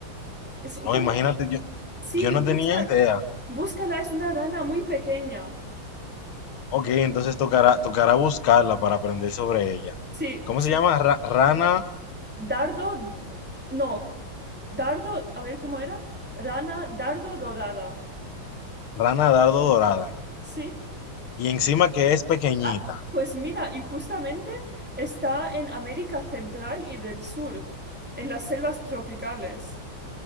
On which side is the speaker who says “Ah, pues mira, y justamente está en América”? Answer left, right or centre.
Centre